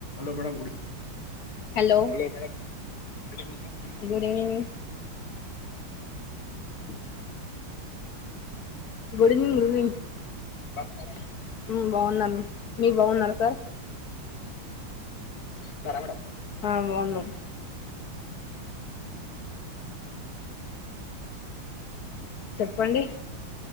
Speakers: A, on the left; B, on the left.
A: Hello madam good
B: hello hello madam good evening madam good evening
A: ఉ
B: good evening good evening బాగున్నారా madam మ్మ్ బాగున్నాను మీరు బాగున్నారా సార్ ఆ బాగున్నారా చెప్పండీ